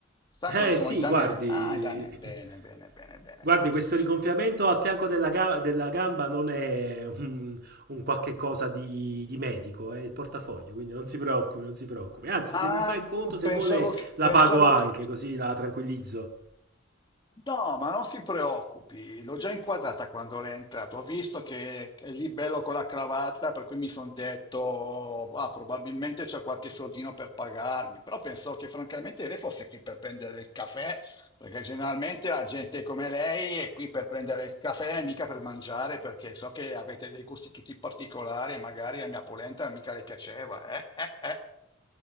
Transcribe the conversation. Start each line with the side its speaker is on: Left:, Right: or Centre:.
Left: Sai
Right: Eh
Left: cosa sono
Right: sì,
Left: i danè?
Right: guardi,
Left: Ah, i danè,
Right: <laughs>
Left: bene, bene, bene, bene,
Right: guardi
Left: ecco.
Right: questo rigonfiamento al fianco della, ga- della gamba non è un, un qualche cosa di, di medico, è il portafoglio, quindi non si preoccupi, non si preoccupi. Anzi,
Left: Ah,
Right: se mi fa il conto, se
Left: pensavo
Right: vuole,
Left: che,
Right: la
Left: pensavo
Right: pago anche,
Left: che-
Right: così la tranquillizzo.
Left: No, ma non si preoccupi, l'ho già inquadrata quando lei è entrato. Ho visto che è lì bello con la cravatta, per cui mi sono detto, ah, probabilmente c'è qualche soldino per pagarmi. Però pensavo che francamente lei fosse qui per prendere il caffè, perché generalmente la gente come lei è qui per prendere il caffè, mica per mangiare, perché so che avete dei gusti tutti particolari e magari la mia polenta mica le piaceva, eh, eh, eh.